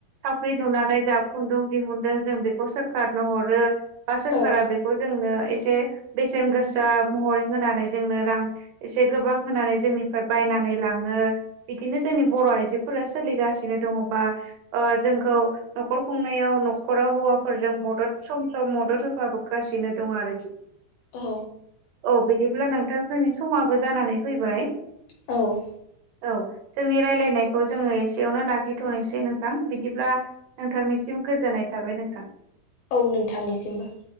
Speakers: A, on the right (about 75°); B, on the left (about 80°).
A: थावख्रि लुनानै जा खुन्दुं दिहुनदों जों बेखौ सोरखारनो हरो बा सोरखारा
B: औ
A: बेखौ खौ जोंनो एसे बेसेन गोसा महरै होनानै जोंनो रां एसे गोबां होनानै जोंनिफ्राय बायनानै लाङो। बिदिनो जोंनि बर' आइजोफोरा सोलिगासिनो दङ बा ओ जोंखौ न'खर खुंनायाव न'खराव हौवाफोरजों मदद सम सम मदद होफाबोगासिनो दं आरोखि
B: औ
A: औ बिदिब्ला नों दा जोंनि समाबो जानानै फैबाय।
B: औ
A: औ जोंनि रायलायनायखौ जोङो एसेयावनो लाखिथ'नोसै नोंथां बिदिब्ला नोंथांनिसिम गोजोननाय थाबाय नोंथां।
B: औ नोंथांनिसिमबो।